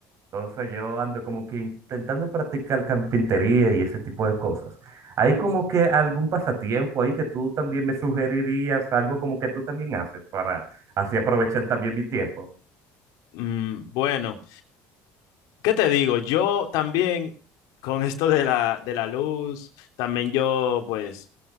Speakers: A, on the right; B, on the left.
A: Entonces yo ando como que intentando practicar carpintería y ese tipo de cosas. ¿Hay como que algún pasatiempo ahí que tú también me sugerirías, algo como que tú también haces para así aprovechar también mi tiempo?
B: Mm, bueno, ¿qué te digo? Yo también con esto de la, de la luz, también yo pues